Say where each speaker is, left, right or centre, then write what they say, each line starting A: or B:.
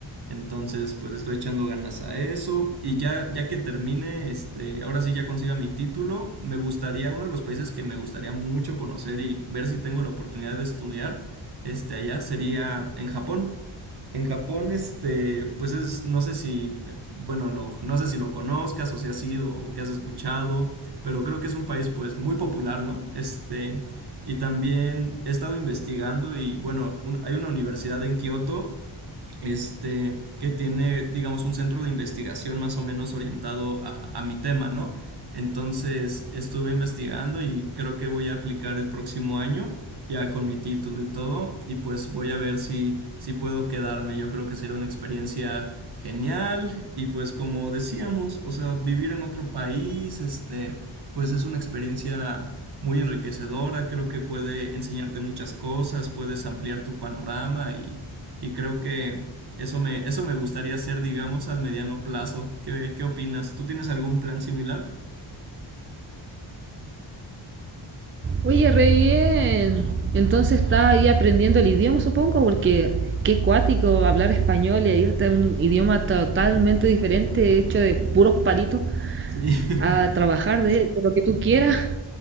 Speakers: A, on the right (about 55°); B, on the right (about 30°).
A: Entonces, pues le estoy echando ganas a eso. Y ya, ya que termine, este, ahora sí ya consiga mi título, me gustaría, uno de los países que me gustaría mucho conocer y ver si tengo la oportunidad de estudiar, este, allá sería en Japón. En Japón, este, pues es, no sé si, bueno, lo, no sé si lo conozcas o si has ido o que has escuchado, pero creo que es un país, pues, muy popular, ¿no? Este, y también he estado investigando y, bueno, un- hay una universidad en Kioto este, que tiene, digamos, un centro de investigación más o menos orientado a, a mi tema, ¿no? Entonces estuve investigando y creo que voy a aplicar el próximo año, ya con mi título y todo, y pues voy a ver si, si puedo quedarme. Yo creo que será una experiencia genial y pues como decíamos, o sea, vivir en otro país, este, pues es una experiencia muy enriquecedora, creo que puede enseñarte muchas cosas, puedes ampliar tu panorama y, y creo que eso me, eso me gustaría hacer, digamos, al mediano plazo. ¿Qué, qué opinas? ¿Tú tienes algún plan similar?
B: Oye, re bien. Entonces estás ahí aprendiendo el idioma, supongo, porque qué cuático hablar español y irte a un idioma totalmente diferente, hecho de puros palitos,
A: Sí. <laughs>
B: a trabajar de, de lo que tú quieras.